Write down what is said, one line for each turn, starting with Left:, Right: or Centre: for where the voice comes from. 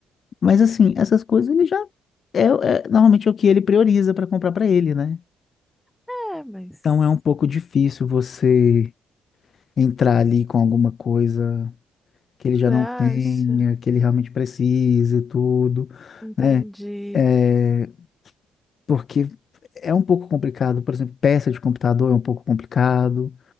Left: mas assim, essas coisas ele já é, é normalmente é o que ele prioriza para comprar para ele, né?
Centre: É, mas
Left: Então é um pouco difícil você entrar ali com alguma coisa. que ele já
Centre: você
Left: não
Centre: acha?
Left: tenha, que ele realmente precise e tudo,
Centre: Entendi.
Left: né? É, porque é um pouco complicado, por exemplo, peça de computador é um pouco complicado,